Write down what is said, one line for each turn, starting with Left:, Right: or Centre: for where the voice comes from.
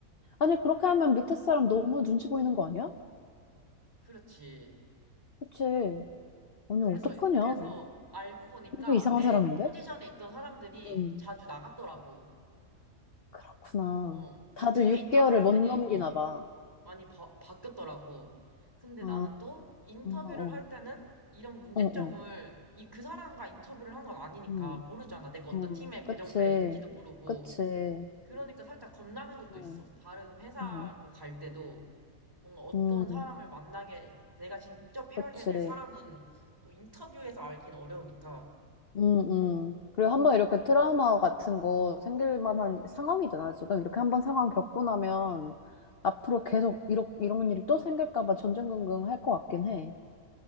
Left: 아니, 그렇게 하면 밑에 사람 너무 눈치 보이는 거 아니야?
Right: 그렇지.
Left: 그치. 아니,
Right: 그래서,
Left: 어떡하냐.
Right: 그래서 알고 보니까
Left: 되게 이상한
Right: 내
Left: 사람인데?
Right: 포지션에 있던 사람들이
Left: 응.
Right: 자주 나갔더라고.
Left: 그렇구나.
Right: 어, 이
Left: 다들
Right: 팀에
Left: 6개월을
Right: 있던 사람들이,
Left: 못 넘기나
Right: 어,
Left: 봐.
Right: 많이 바, 바뀌었더라고. 근데
Left: 아,
Right: 나는 또 인터뷰를
Left: 어,
Right: 할 때는 이런 문제점을
Left: 어, 어,
Right: 이, 그 사람과 인터뷰를 한 건 아니니까
Left: 어,
Right: 모르잖아. 내가 어떤
Left: 어.
Right: 팀에 배정될지도
Left: 그치.
Right: 모르고.
Left: 그치.
Right: 그러니까 살짝 겁나는 것도
Left: 어,
Right: 있어. 다른 회사로
Left: 음,
Right: 갈 때도 뭔가 어떤
Left: 음,
Right: 사람을 만나게 내가 직접 일하게
Left: 그치.
Right: 될 사람은 또 인터뷰에서 알긴 어려우니까.
Left: 음, 음. 그리고 한번 이렇게 트라우마 같은 거 생길 만한 상황이잖아, 지금. 이렇게 한번 상황 겪고 나면 앞으로 계속 이러, 이런 일이 또 생길까 봐 전전긍긍 할 것 같긴 해.